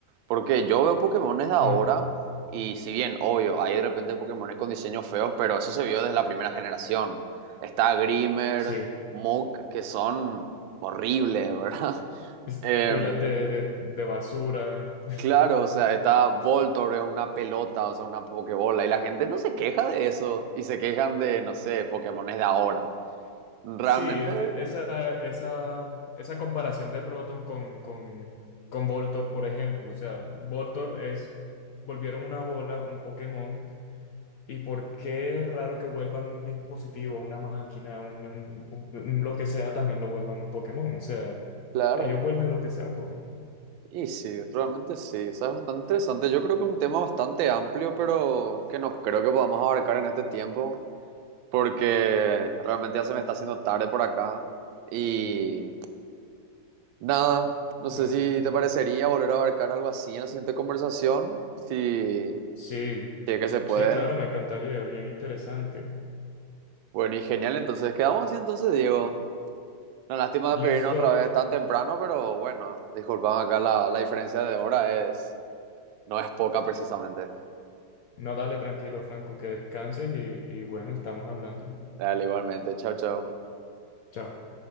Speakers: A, on the right (about 85°); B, on the left (about 75°).
A: Porque yo veo Pokémones de ahora
B: Mm,
A: y si bien, obvio, hay de repente Pokémones con diseños feos, pero eso se vio desde la primera generación. Está Grimer,
B: sí.
A: Muk, que son horribles, ¿verdad? <laughs>
B: Es-
A: Eh,
B: Pilas de, de, de basura,
A: claro, o sea, está Voltor, es una pelota, o sea, una Pokébola, y la gente no se queja de eso, y se quejan de, no sé, Pokémones de ahora. Realmente,
B: Sí, es de- esa, esa, esa comparación de Rotom con, con, con Voltorb, por ejemplo. O sea, Voltorb es, volvieron una bola, un Pokémon, y por qué es raro que vuelvan un dispositivo, una máquina, un, un- un- lo que sea, también lo vuelvan un Pokémon. O sea,
A: claro.
B: ellos vuelven lo que sea un Pokémon.
A: Y sí, realmente sí, o sea, es bastante interesante. Yo creo que es un tema bastante amplio, pero que no creo que podamos abarcar en este tiempo, porque realmente ya se me está haciendo tarde por acá. Y nada, no sé
B: Ajá.
A: si te parecería volver a abarcar algo así en la siguiente conversación, si,
B: Sí,
A: si es que se puede.
B: sí, claro, me encantaría, bien interesante.
A: Bueno, y genial, entonces quedamos así entonces, Diego. La lástima de pedirnos
B: Listo,
A: otra vez tan temprano, pero bueno, disculpame acá la, la diferencia de hora es, no es poca precisamente.
B: no dale tranquilo, Franco, que descanses y, y bueno, estamos hablando.
A: Dale, igualmente, chao, chao.
B: Chao.